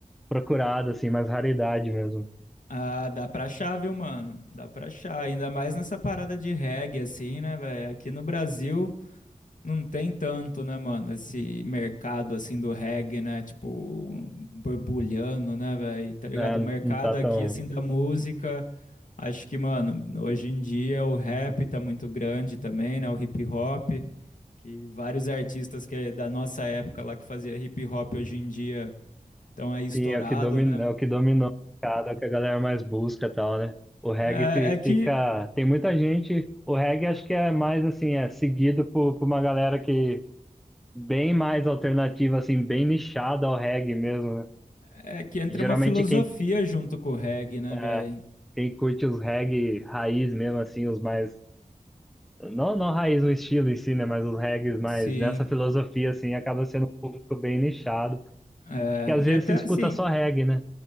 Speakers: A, in the centre; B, on the left.
A: procuradas, assim, mais raridade mesmo.
B: ah, dá pra achar, viu, mano? Dá pra achar, ainda mais nessa parada de reggae, assim, né, velho? Aqui no Brasil. Não tem tanto, né, mano? Esse mercado assim do reggae, né? Tipo, borbulhando, né, velho? Tá ligado?
A: É,
B: O
A: não
B: mercado
A: não tá
B: aqui,
A: tão.
B: assim, da música, acho que, mano, hoje em dia o rap tá muito grande também, né? O hip hop, que vários artistas que é da nossa época lá que fazia hip hop hoje em dia estão aí estourado,
A: Sim, é o que domina,
B: né?
A: é o que dominou o mercado, é o que a galera mais busca e tal, né? O reggae
B: É,
A: fi- fica.
B: é que
A: Tem muita gente. O reggae acho que é mais assim, é seguido por, por uma galera que bem mais alternativa, assim, bem nichada ao reggae mesmo, né?
B: é que entra
A: E geralmente
B: uma filosofia
A: quem,
B: junto com o reggae, né,
A: é,
B: velho?
A: quem curte os reggae raiz mesmo, assim, os mais. Não, não raiz o estilo em si, né? Mas os reggae mais
B: Sim.
A: nessa filosofia, assim, acaba sendo um público bem nichado.
B: É,
A: Que às
B: e
A: vezes
B: até
A: se escuta
B: assim.
A: só reggae, né?